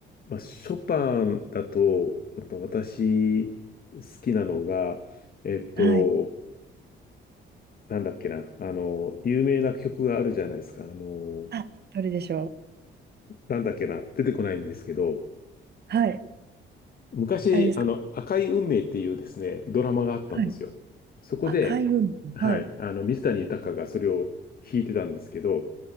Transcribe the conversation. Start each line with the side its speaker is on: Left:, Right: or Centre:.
Left: まあ、ショパンだと、ほんと私、好きなのが、えっと、
Right: はい。
Left: なんだっけな、あの、有名な曲があるじゃないですか。あの、
Right: あ、どれでしょう。
Left: なんだっけな、出てこないんですけど、
Right: はい。
Left: 昔、
Right: あれですか。
Left: あの、赤い運命っていうですね、ドラマがあったんですよ。
Right: はい。
Left: そこで、
Right: 赤い海。
Left: はい、
Right: はい。
Left: あの、水谷豊がそれを弾いてたんですけど、